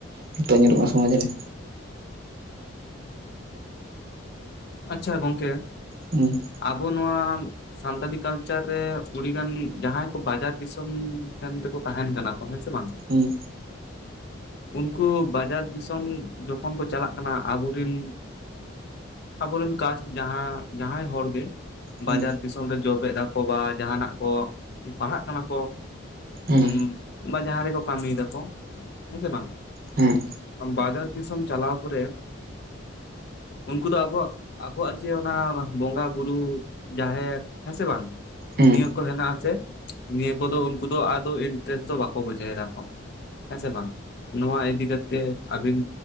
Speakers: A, on the right; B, on the left.
A: ᱱᱤᱛᱚᱜ ᱧᱮᱞᱚᱜ-ᱟ ᱥᱚᱢᱟᱡ ᱨᱮ
B: ᱟᱪᱪᱷᱟ ᱜᱚᱝᱠᱮ
A: ᱦᱩᱸ
B: ᱟᱵᱚ ᱱᱚᱣᱟ ᱥᱟᱱᱛᱟᱞᱤ ᱠᱟᱞᱪᱟᱨ ᱨᱮ ᱩᱰᱤᱜᱟᱱ ᱜᱟᱱ ᱡᱟᱸᱦᱟᱭ ᱠᱚ ᱵᱟᱡᱟᱨ ᱫᱤᱥᱚᱢ ᱥᱮᱱ ᱨᱮᱠᱚ ᱛᱟᱦᱮᱱ ᱠᱟᱱᱟ ᱠᱚ ᱦᱮᱸ ᱥᱮ ᱵᱟᱝ
A: ᱦᱩᱸ
B: ᱩᱱᱠᱩ ᱵᱟᱡᱟᱨ ᱫᱤᱥᱚᱢ ᱡᱚᱠᱷᱚᱱ ᱠᱚ ᱪᱟᱞᱟᱜ ᱠᱟᱱᱟ ᱟᱵᱚᱨ ᱨᱤᱱ ᱟᱵᱚᱨᱮᱱ ᱠᱟᱥᱴ ᱡᱟᱸᱦᱟ ᱡᱟᱸᱦᱟᱭ ᱦᱚᱲ ᱜᱮ
A: ᱦᱮᱸ
B: ᱵᱟᱡᱟᱨ ᱫᱤᱥᱚᱢ <unintelligible> ᱡᱚᱵᱮᱫ. ᱟᱠᱚ ᱵᱟ ᱡᱟᱦᱱᱟᱜ ᱠᱚ ᱯᱟᱲᱦᱟᱜ ᱠᱟᱱᱟ ᱠᱚ
A: ᱦᱮᱸ
B: ᱩᱸ ᱵᱟ ᱡᱟᱸᱦᱟ ᱨᱮᱠᱚ ᱠᱟᱹᱢᱤᱭ ᱫᱟᱠᱚ ᱦᱮᱸ ᱥᱮ ᱵᱟᱝ
A: ᱦᱩᱸ
B: ᱵᱟᱡᱟᱨ ᱫᱤᱥᱚᱢ ᱪᱟᱞᱟᱣ ᱯᱚᱨᱮ ᱩᱱᱠᱩ ᱫᱚ ᱟᱵᱚᱣᱟᱜ ᱟᱵᱚᱣᱟᱜ ᱡᱮ ᱚᱱᱟ ᱵᱚᱸᱜᱟ ᱵᱩᱨᱩ ᱡᱟᱦᱮᱨ ᱦᱮᱸ ᱥᱮ ᱵᱟᱝ
A: ᱦᱮᱸ
B: ᱱᱤᱭᱟᱹ ᱠᱚ ᱦᱮᱱᱟᱜ ᱟᱥᱮ ᱱᱤᱭᱟᱹ ᱠᱚᱫᱚ ᱩᱱᱠᱩ ᱫᱚ ᱟᱫᱚ ᱤᱱᱴᱟᱨᱮᱥᱴ ᱫᱚ ᱵᱟᱠᱚ ᱵᱩᱡᱷᱟᱹᱣ ᱮᱫᱟᱠᱚ ᱦᱮᱸ ᱥᱮ ᱵᱟᱝ ᱱᱚᱣᱟ ᱤᱫᱤ ᱠᱟᱛᱮ ᱟᱹᱵᱤᱱ